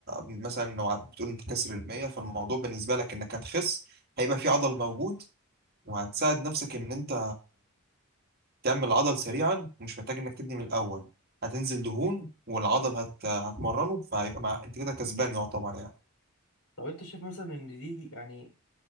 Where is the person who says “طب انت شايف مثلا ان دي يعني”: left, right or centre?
Left